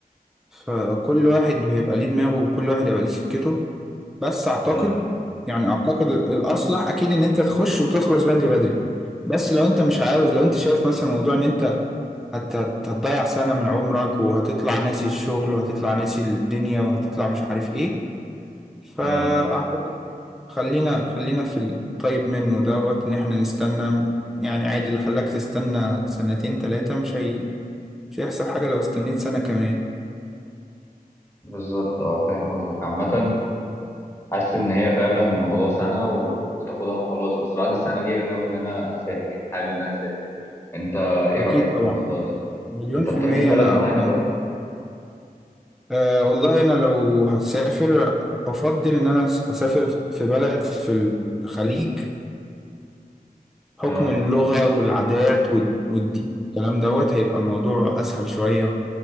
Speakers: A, in the centre; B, on the left (about 15°).
A: فكل واحد بيبقى ليه دماغه وكل واحد يبقى ليه سكته بس اعتقد
B: اه
A: يعني اعتقد ال- الأصلح اكيد ان انت تخش وتخلص بدري بدري بس لو انت مش عاوز لو انت شايف مثلا موضوع ان انت هت هت- هتضيع سنة من عمرك وهتطلع ناسي الشغل وهتطلع ناسي الدنيا وهتطلع مش عارف ايه فأعتقد
B: اه
A: خلينا خلينا في الطيب منه دوت ان احنا نستنى يعني عادي اللي خلاك تستنى سنتين تلاتة مش هي... مش هيحصل حاجة لو استنيت سنة كمان
B: بالظبط اه فاهم قصدك عامة حاسس ان هي فعلا الموضوع سنة و- وتاخدها وخلاص بس بعد السنة دي انا ناوي ان انا اسافر يعني حابب ان انا اسافر انت ايه
A: اكيد
B: رأيك
A: طبعا
B: في الموضوع ده
A: مليون
B: انت
A: في
B: بتارجت
A: المية
B: بلد
A: انا
B: معينة
A: أنا-
B: طب
A: أه والله انا لو هسافر افضل ان انا اسافر في بلد في الخليج حكم
B: اه
A: اللغة والعادات والد- والدين والكلام دوت هيبقى الموضوع اسهل شوية